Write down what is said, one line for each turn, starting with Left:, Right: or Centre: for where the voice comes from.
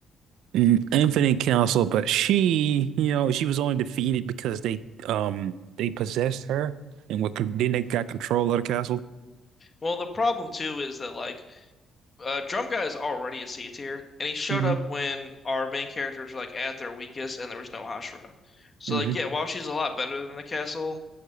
Right: mm, Infinite Castle, but she, you know, she was only defeated because they um they possessed her and what then they got control of the castle.
Left: Well, the problem too is that like uh, Drum Guy is already a C tier, and he showed
Right: hmm
Left: up when our main characters were like at their weakest, and there was no Hashira. So
Right: hmm
Left: like, yeah, while she's a lot better than the castle,